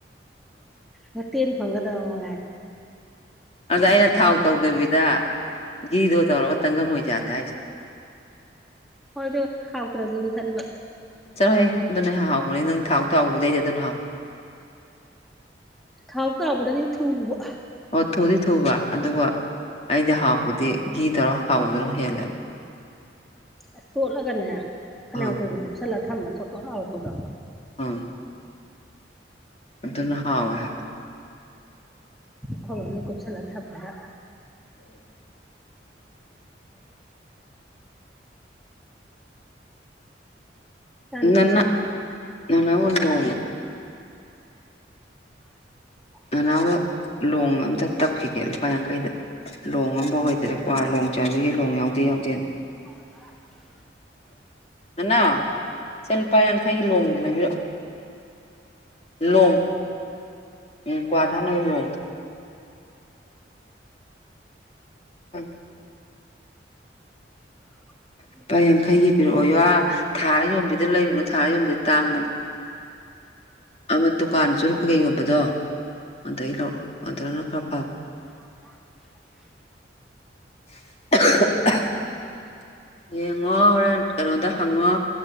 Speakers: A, in the centre; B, on the left.
A: ꯃꯠꯇꯅ ꯐꯪꯗ ꯌꯥꯔ
B: ꯑꯗ ꯑꯩꯅ ꯊꯥꯎ ꯇꯧꯗꯕꯤꯗ ꯒꯤꯗꯣ ꯇꯧꯔꯒ ꯇꯪꯒꯪ ꯑꯣꯏꯖꯥꯁꯦ ꯍꯥꯏꯁꯦ
A: ꯍꯣꯏꯗ ꯍꯥꯎꯇ꯭ꯔꯗꯤꯅ ꯈꯟꯕ
B: ꯆꯠꯂꯣ ꯍꯣꯏ ꯑꯗꯨꯣ ꯅꯪ ꯍꯥꯎꯕꯅꯦ ꯅꯪ ꯊꯥꯎ ꯊꯥꯎꯧꯕꯗꯩꯗꯤ ꯑꯗꯨ ꯅ ꯍꯥꯎ
A: ꯊꯥꯎ ꯇꯥꯕꯅꯗꯤ ꯊꯨꯕ
B: ꯑꯣꯊꯗꯤ ꯊꯨꯕ ꯑꯗꯨꯒ ꯑꯩꯗꯤ ꯍꯥꯎꯕꯗꯤ ꯘꯤ ꯇꯔ ꯍꯥꯎꯗꯨꯅ ꯍꯦꯜꯂꯦꯕ
A: ꯑꯁ ꯇꯣꯠꯂꯒꯅꯦ ꯐꯅꯌꯥꯝ
B: ꯑꯥ
A: ꯀꯨꯏꯅ ꯀꯨꯞꯁꯜꯂ ꯊꯝꯃ ꯊꯣ ꯊꯣꯠ ꯂꯥꯎꯔꯛꯄꯗꯣ
B: ꯑ ꯑꯗꯨꯅꯍꯥꯑꯣꯍ
A: ꯈꯔꯅ ꯀꯞ ꯁꯥꯂ ꯊꯥꯕꯣꯅ ꯏꯆꯥꯅꯨꯄꯤ
B: ꯅꯟꯅ
A: ꯁꯛ
B: ꯉꯅꯥꯒ
A: <unintelligible>
B: ꯑꯅ ꯍꯧꯒ ꯂꯣꯡ ꯑꯝꯇ ꯇꯞꯈꯤꯒꯦ ꯂꯨꯄꯥ ꯌꯥꯡꯈꯩꯗ ꯂꯣꯡ ꯑꯃꯐꯥꯎ ꯂꯩꯇꯔꯦ ꯀ꯭ꯋꯥ ꯂꯣꯡ ꯆꯥꯕꯤꯒꯦ ꯂꯣꯡ ꯌꯥꯎꯗꯦ ꯌꯥꯎ ꯗꯦꯟ
A: ꯑꯣ
B: ꯅꯅꯥ ꯁꯦ ꯂꯨꯄꯥ ꯌꯥꯡꯈꯩꯒꯤ ꯂꯣꯡꯗ ꯂꯩꯕꯤꯔꯛꯑꯣ ꯂꯣꯡ ꯎ ꯀꯋꯥꯊꯥ ꯂꯣ ꯍ
A: <unintelligible>
B: ꯂꯨꯄꯥ ꯌꯥꯡꯈꯩꯒꯤ ꯄꯤꯔꯛꯑꯣ ꯌꯥ ꯊꯥꯔ ꯌꯣꯟꯕꯤꯗ ꯂꯩꯔꯨꯅꯨ ꯊꯥꯔ ꯌꯣꯟꯝꯕꯤꯗ ꯇꯥꯡꯕꯅꯦ ꯑꯃ ꯗꯨꯀꯥꯟ ꯆꯨꯔꯛꯀꯒꯦ ꯌꯣꯟꯕꯗꯣ ꯑꯗꯩ ꯂꯧꯔꯑꯣ ꯑꯗꯨꯅ ꯈꯔ ꯐꯕ
A: <unintelligible>
B: <unintelligible> ꯌꯦꯡꯉꯣ ꯍꯣꯔꯦꯟ ꯀꯩꯅꯣꯗ ꯍꯪꯉꯣ